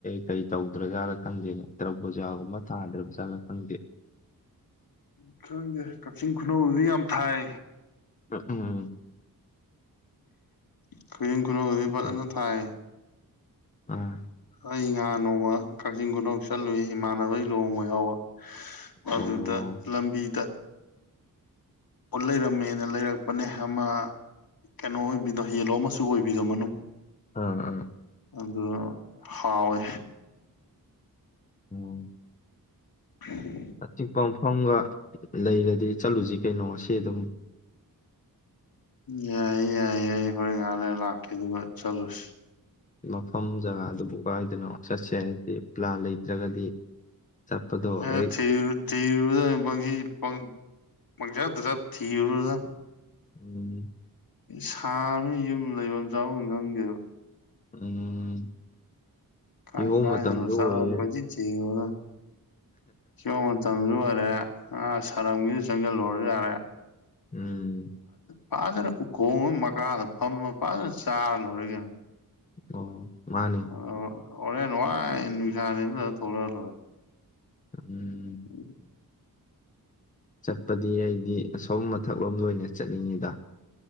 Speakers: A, on the left; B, on the left.
A: ꯀꯩ ꯇꯧꯗ꯭ꯔ ꯖꯥꯠꯂ ꯈꯪꯗꯦ ꯇ꯭ꯔꯕꯨꯖꯥꯒꯨꯝꯕ ꯊꯥꯗ꯭ꯔꯕ ꯖꯥꯠꯂ ꯈꯪꯗꯦ
B: ꯎ ꯈꯪꯗꯦ ꯀꯛꯆꯤꯡ ꯈꯨꯅꯧꯗꯗꯤ ꯌꯥꯝ ꯊꯥꯏ
A: ꯎꯝ
B: ꯈꯣꯏꯅꯤꯡ ꯊꯣꯅꯣ ꯍꯣꯏꯗꯤ ꯐꯖꯅ
A: ꯎꯝ
B: ꯊꯥꯏ
A: ꯑꯥ
B: ꯑꯩ ꯉꯍꯥꯟ ꯅꯣꯡꯃ ꯀꯛꯆꯤꯡ ꯈꯨꯨꯅꯧ ꯆꯠꯂꯨꯏ ꯏꯃꯥꯟꯅꯕꯩ ꯂꯨꯍꯣꯡꯕ ꯌꯥꯎꯕ ꯍꯥ
A: ꯑꯣ
B: ꯑꯗꯨꯗ ꯂꯝꯕꯤꯗ ꯂꯩꯔꯝꯃꯦꯅ ꯂꯩꯔꯛꯄꯅꯦ ꯑꯃ ꯀꯩꯅꯣ ꯑꯣꯏꯕꯤꯗꯣ ꯌꯦꯂꯣ ꯃꯁꯨ ꯑꯣꯏꯕꯤꯗꯣ ꯃꯅꯨꯡ
A: ꯑꯥ ꯑꯥ
B: ꯑꯗꯨ ꯍꯥꯎꯋꯦ
A: ꯎꯝ
B: <inaudible>
A: ꯑꯆꯤꯛꯄ ꯃꯐꯝꯒ ꯂꯩꯔꯗꯤ ꯆꯠꯂꯨꯖꯤ ꯀꯩꯅꯣ ꯉꯁꯤ ꯑꯗꯨꯝ
B: ꯌꯥꯏꯌꯦ ꯌꯥꯏꯌꯦ ꯑꯩ ꯍꯣꯔꯦꯟ ꯉꯥꯛ ꯂꯩꯔꯂꯥꯛꯀꯦ ꯑꯗꯨꯒ ꯆꯠꯂꯨꯁꯤ
A: ꯃꯐꯝ ꯖꯒꯥꯗꯨꯕꯨ ꯀꯥꯏꯗꯅꯣ ꯆꯠꯁꯦ ꯍꯥꯏꯗꯤ ꯄꯂꯥꯟ ꯂꯩꯇ꯭ꯔꯒꯗꯤ ꯆꯠꯄꯗꯣ
B: ꯑꯦ
A: ꯍꯦꯛ
B: ꯊꯤꯔꯨ ꯊꯤꯔꯨꯔꯗꯃꯤ ꯄꯪꯊꯤ ꯪꯄꯪ ꯄꯪꯆꯠꯇ ꯆꯠ ꯊꯤꯔꯨꯔꯗꯃꯤ
A: ꯎꯝ
B: ꯁꯥꯕꯅꯤ ꯌꯨꯝ ꯂꯩꯕꯝ ꯆꯥꯕꯝ ꯈꯪꯗꯦꯕ
A: ꯎꯝ
B: ꯀꯥꯏ
A: ꯀꯤꯍꯣꯝ
B: ꯀꯥꯏꯗꯅꯣ
A: ꯃꯇꯝꯁꯨ
B: ꯆꯠꯂ
A: ꯑꯣꯏꯌꯦ
B: ꯀꯣꯏꯊꯤ ꯊꯤꯔꯨꯔꯗꯧꯅꯤ ꯀꯤꯍꯣꯝ ꯃꯇꯝꯖꯨ ꯑꯣꯏꯔꯦ ꯑꯥ ꯁꯔꯝꯒꯤꯗ ꯆꯪꯖꯜꯂꯨꯔꯖꯨ ꯌꯥꯔꯦ
A: ꯎꯝ
B: ꯐꯥꯖꯅ ꯎꯈꯣꯡ ꯑꯃ ꯃꯈꯥꯗ ꯐꯝꯃ ꯐꯥꯖꯅ ꯆꯥꯔ ꯂꯣꯏꯔꯦ ꯀꯩꯅꯣ
A: ꯑꯣ ꯃꯥꯅꯦ
B: ꯑꯗꯣ ꯍꯣꯔꯦꯟ ꯋꯥꯏ ꯅꯨꯡꯁꯥ ꯅꯦꯝꯗꯔ ꯊꯣꯔꯛꯑ ꯂꯣꯌꯔꯦ
A: ꯎꯝ
B: ꯎꯝ
A: ꯆꯠꯄꯗꯤ ꯑꯩꯗꯤ ꯑꯁꯣꯝ ꯃꯊꯛꯂꯣꯝꯗ ꯑꯣꯏꯅ ꯆꯠꯅꯤꯡꯉꯤꯗ